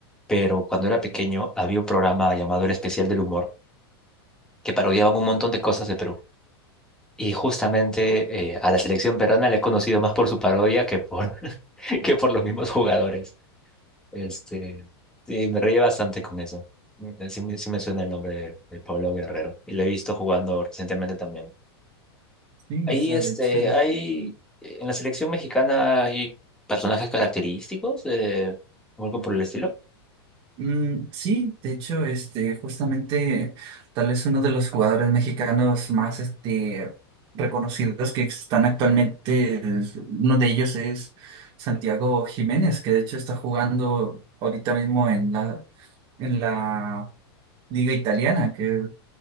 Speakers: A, in the centre; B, on the right.
A: pero cuando era pequeño había un programa llamado El Especial del Humor que parodiaban un montón de cosas de Perú. Y justamente eh, a la selección peruana le he conocido más por su parodia que por, <laughs> que por los mismos jugadores. Este, sí, me reí bastante con eso. Mm, Sí, me sí me suena el nombre de, de Pablo Guerrero y lo he visto jugando recientemente también.
B: sí,
A: Ahí,
B: o sea,
A: este,
B: de hecho.
A: hay, en la selección mexicana hay personajes característicos, eh, o algo por el estilo.
B: Mm, sí, de hecho, este, justamente tal vez uno de los jugadores mexicanos más este, reconocidos que están actualmente, es- uno de ellos es Santiago Jiménez, que de hecho está jugando ahorita mismo en la, en la Liga Italiana, que